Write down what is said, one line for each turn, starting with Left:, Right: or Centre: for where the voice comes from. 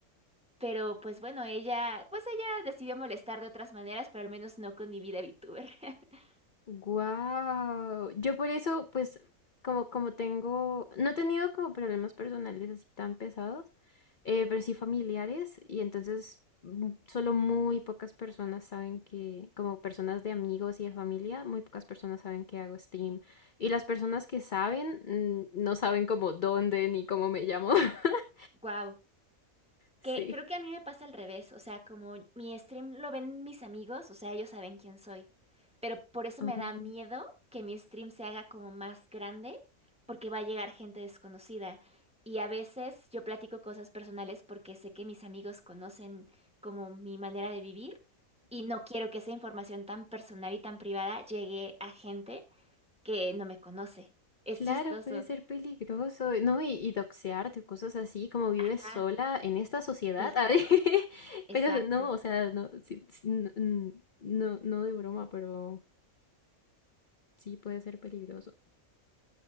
Centre: pero pues bueno, ella, pues ella decidió molestar de otras maneras, pero al menos no con mi vida VTuber. <laughs>
Left: Wow, yo por eso, pues, como, como tengo, no he tenido como problemas personales así tan pesados, eh, pero sí familiares, y entonces mm, solo muy pocas personas saben que, como personas de amigos y de familia, muy pocas personas saben que hago stream. Y las personas que saben, mm, no saben como dónde ni cómo me llamo. <laughs>
Centre: Wow.
Left: Sí.
Centre: Que creo que a mí me pasa al revés, o sea, como mi stream lo ven mis amigos, o sea, ellos saben quién soy, pero por eso
Left: Oh.
Centre: me da miedo que mi stream se haga como más grande, porque va a llegar gente desconocida. Y a veces yo platico cosas personales porque sé que mis amigos conocen como mi manera de vivir y no quiero que esa información tan personal y tan privada llegue a gente que no me conoce. Es
Left: Claro,
Centre: chistoso.
Left: puede ser peligroso, ¿no? Y, y doxearte o cosas así, como vives
Centre: Ajá,
Left: sola en esta sociedad.
Centre: sí,
Left: <laughs> a ver,
Centre: exacto.
Left: Pero no, o sea, no, sí, sí, n- n- no, no de broma, pero sí puede ser peligroso.